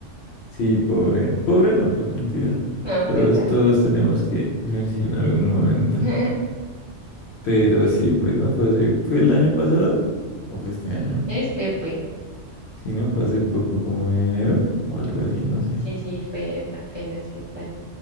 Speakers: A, on the left (about 65°); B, on the right (about 25°).
A: Sí, pobre, pobre no, pues mentira.
B: No,
A: Todos,
B: pues ya.
A: todos tenemos que coincidir en algún momento.
B: <laughs>
A: Pero sí, pues no, fue hace, ¿fue el año pasado o fue este año?
B: Este fue.
A: Si no, fue hace poco, como en enero o algo así, no sé.
B: Sí, sí, fue apenas este año.